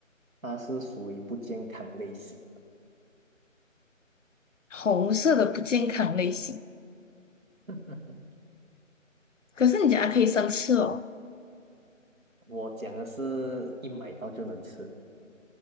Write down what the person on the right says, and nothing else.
它是属于不健康类型
的，<laughs>
我讲的是一买到就能吃。